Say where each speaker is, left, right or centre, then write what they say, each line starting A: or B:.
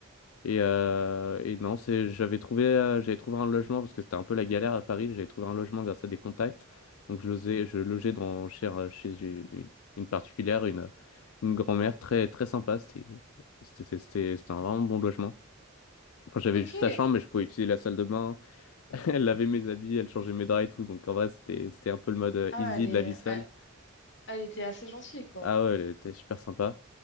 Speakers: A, on the left (about 85°); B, on the left (about 60°).
A: Et, euh, et non, c'est, j'avais trouvé, euh, j'avais trouvé un logement parce que c'était un peu la galère à Paris. J'avais trouvé un logement grâce à des contacts. Donc je logais, je logeais dans, chez, un- chez une, une particulière, une, une grand-mère très, très sympa. C'était, c'était, c'était, c'était un vraiment bon logement. Enfin, j'avais
B: Ok.
A: juste la chambre, mais je pouvais utiliser la salle de bain. <laughs> Elle lavait mes habits, elle changeait mes draps et tout. Donc en vrai, c'était, c'était un peu le mode euh,
B: Ah,
A: easy
B: elle est,
A: de la vie seule.
B: elle Elle était assez gentille, quoi.
A: Ah ouais, elle était super sympa.